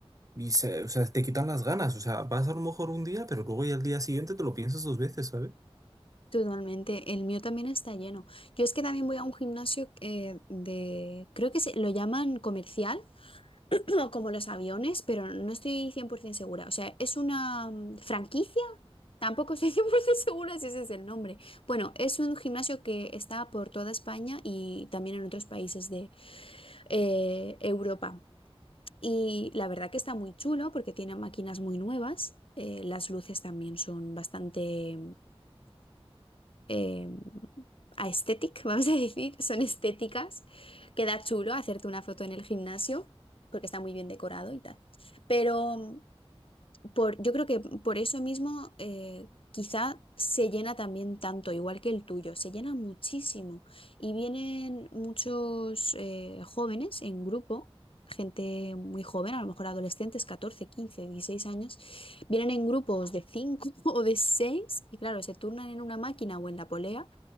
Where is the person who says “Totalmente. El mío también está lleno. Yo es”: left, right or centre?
Left